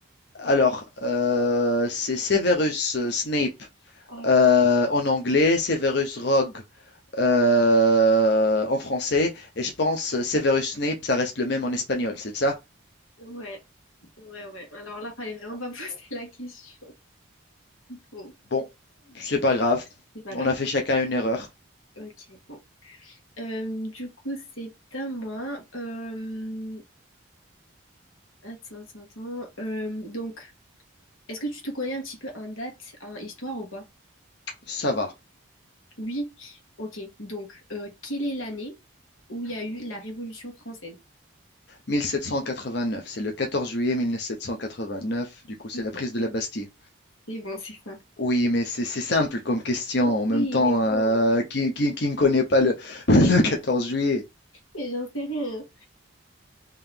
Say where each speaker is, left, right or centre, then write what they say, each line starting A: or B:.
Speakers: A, on the left; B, on the left.
A: alors, euh, c'est Severus Snape.
B: Oh,
A: euh, en anglais, Severus Rogue euh, en français, et je pense Severus Snape, ça reste le même en espagnol, c'est ça
B: Ouais, ouais, ouais. Alors là, fallait vraiment pas <laughs> poser la question. Bon,
A: Bon, c'est pas grave,
B: c'est pas
A: on
B: grave.
A: a fait chacun une erreur,
B: Ok, bon. Euh, du coup, c'est à moi. Euh, Attends, attends, attends. Euh, donc, est-ce que tu te connais un petit peu en date, en histoire ou pas?
A: ça va.
B: Oui? Ok, donc, euh, quelle est l'année où il y a eu la Révolution française?
A: 1789, c'est le 14 juillet 1789, du coup c'est
B: Nickel.
A: la prise de la Bastille.
B: C'est bon, c'est ça.
A: Oui, mais c'est simple comme question.
B: Oui,
A: En même temps,
B: mais
A: euh,
B: bon.
A: qui, qui, qui ne connaît pas le, <laughs> le 14 juillet?
B: Mais j'en sais rien.